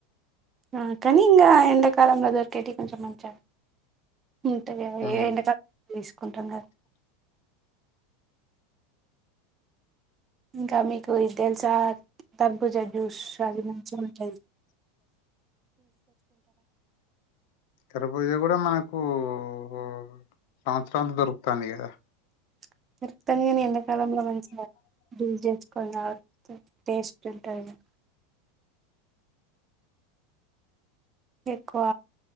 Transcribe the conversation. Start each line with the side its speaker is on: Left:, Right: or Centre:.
Right: ఆ కనీ ఇంకా ఎండ కాాలంలో దొరికేటివి కొంచం మజ ఉంటా కద
Left: ఉమ్
Right: ఏందుక తీసుకుంటాం కదా <inaudible> <inaudible> ఇంకా మీకు ఇది తెలుసా త బుజ జ్యూస్ ఆది మంచిగా ఉంటది <inaudible>
Left: ఖరబూజ కూడా మనకు ఓహో సంవత్సరానికి దొరుకుతాంది కదా
Right: <inaudible> మత్తని కానీ ఎండాకాలంలో మంచిగా జ్యూస్ చేసుకొని తాగితే టేస్ట్ ఉంటదిగా ఎక్కువ